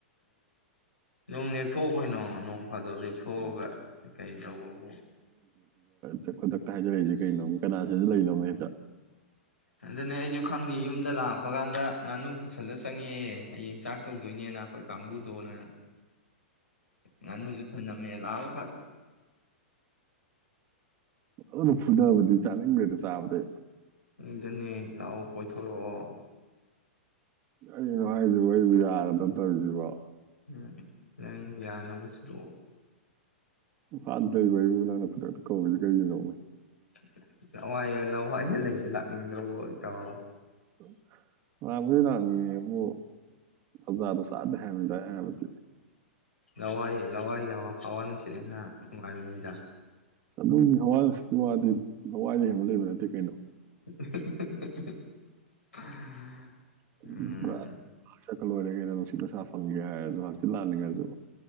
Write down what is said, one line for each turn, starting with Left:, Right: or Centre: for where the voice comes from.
Left: ꯂꯅ ꯊꯣꯛꯈꯣꯏꯅꯣ ꯅꯣꯡ ꯐꯥꯗꯣꯛ ꯂꯞꯊꯣꯛꯑꯒ
Right: ꯎꯝ,
Left: ꯀꯩ ꯇꯧꯕꯕꯨ
Right: ꯍ ꯈꯨꯗꯛꯇ ꯍꯥꯏꯖꯔꯛꯏꯁꯦ ꯀꯩꯅꯣꯅꯦ ꯀꯅꯥꯁꯤꯁꯨ ꯂꯩꯅꯣꯅꯦ ꯍꯦꯛꯇ
Left: ꯑꯗꯨꯅꯦ ꯑꯩꯁꯨ ꯈꯪꯗꯦ ꯌꯨꯝꯗ ꯂꯥꯛꯄ ꯀꯥꯟꯗ ꯉꯥꯅꯨ ꯄꯨꯁꯜꯂ ꯆꯪꯉꯛꯑꯦ ꯍꯌꯦꯡ ꯆꯥꯛ ꯇꯧꯗꯣꯏꯅꯦꯅ ꯑꯩꯈꯣꯏ ꯀꯥꯡꯕꯨꯨꯗꯣꯅ ꯉꯥꯅꯨꯁꯨ ꯊꯂꯝꯝꯃꯦ ꯂꯥꯛꯑꯑꯣ
Right: ꯑꯗꯨꯅ ꯐꯨꯗꯕꯗꯤ ꯆꯥꯅꯤꯡꯗꯒ꯭ꯔꯦ ꯁꯥꯕꯗ
Left: ꯑꯗꯨꯅꯦ ꯂꯥꯛꯑꯣ ꯀꯣꯏꯊꯣꯔꯛꯑꯣ
Right: ꯀꯩꯅꯣ ꯍꯥꯏꯁꯤꯕꯣ ꯑꯩꯕꯨ ꯌꯔꯗꯣ ꯇꯧꯔꯤꯁꯤꯕꯣ
Left: ꯎꯝ ꯅꯪ ꯌꯥꯅꯕ ꯁꯤꯂꯛꯑꯣ
Right: ꯏꯝꯐꯥꯜꯗ ꯂꯩꯕ ꯑꯩꯕꯨ ꯅꯪꯅ ꯈꯨꯗꯛꯇ ꯀꯧꯔꯤꯁꯤ ꯀꯩꯒꯤꯅꯣ
Left: ꯎꯝ <unintelligible> ꯂꯋꯥꯏ ꯌꯦ ꯂꯋꯥꯥꯏꯗ ꯂꯩ <unintelligible> ꯏ꯭ꯔꯣꯕꯣꯇꯥ <unintelligible>
Right: <unintelligible> <unintelligible> <unintelligible> ꯆꯥꯗꯦ ꯍꯥꯏꯕꯅꯤꯗ ꯑꯩ ꯍꯥꯏꯕꯗꯤ
Left: ꯂꯋꯥꯏꯔꯤ ꯂꯋꯥꯏꯔꯤ ꯍꯋꯥ ꯍꯋꯥ ꯅꯨꯡꯁꯤꯠ ꯍꯦꯟꯅ ꯅꯨꯡꯉꯥꯏꯕꯅꯤꯗ
Right: ꯑꯗꯨꯒꯤ ꯍꯋꯥ ꯅꯨꯡꯁꯤꯠꯀꯤ ꯋꯥꯗꯤ ꯂꯋꯥꯏ ꯗꯩ ꯍꯦꯟꯕ ꯂꯩꯕ ꯅꯠꯇꯦ ꯀꯩꯅꯣ
Left: <unintelligible>
Right: <unintelligible>
Left: ꯎꯝ
Right: ꯁꯀꯜ ꯑꯣꯏꯔꯒꯩꯅ ꯅꯨꯡꯁꯤꯠ ꯄꯩꯁꯥ ꯐꯪꯒꯦ ꯍꯥꯏꯔꯁꯨ ꯍꯆꯤ ꯂꯜꯂꯤꯅꯤꯡꯉꯥꯏꯁꯨ